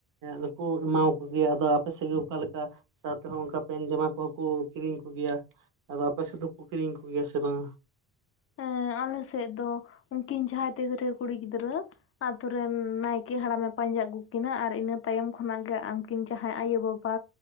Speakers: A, on the right (about 65°); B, on the left (about 40°).
A: ᱫᱚᱠᱚ ᱮᱢᱟ ᱠᱚᱜᱮᱭᱟ᱾ ᱟᱫᱚ ᱟᱯ ᱯᱮ ᱥᱮᱜ ᱜᱮ ᱚᱠᱟ ᱞᱮᱠᱟ ᱥᱟᱶᱛᱮ ᱦᱚᱸᱜ-ᱚᱱᱠᱟ ᱯᱮᱱᱴ ᱡᱟᱢᱟ ᱠᱚᱦᱚᱸ ᱠᱚ ᱠᱤᱨᱤᱧ ᱠᱩᱜᱮᱭᱟ᱾ ᱟᱫᱚ ᱟᱯᱮ ᱥᱮᱫ ᱫᱚᱠᱚ ᱠᱤᱨᱤᱧ ᱠᱚᱜᱮᱭᱟ ᱥᱮ ᱵᱟᱝᱟ?
B: ᱦᱮᱸ ᱟᱞᱮ ᱥᱮᱫ ᱫᱚ ᱩᱱᱠᱤᱱ ᱡᱟᱦᱟᱸᱭ ᱛᱟᱹᱛᱨᱟᱹ ᱠᱩᱲᱤ ᱜᱤᱫᱽᱨᱟᱹ ᱟᱛᱳ ᱨᱮᱱ ᱱᱟᱭᱠᱮ ᱦᱟᱲᱟᱢᱮ ᱯᱟᱸᱡᱟ ᱟᱹᱜᱩ ᱠᱤᱱᱟᱹ ᱟᱨ ᱤᱱᱟᱹ ᱛᱟᱭᱚᱢ ᱠᱷᱚᱱᱟᱜ ᱜᱮ ᱟᱹᱝᱠᱤᱱ ᱡᱟᱦᱟᱸᱭ ᱟᱭᱳᱼᱵᱟᱵᱟ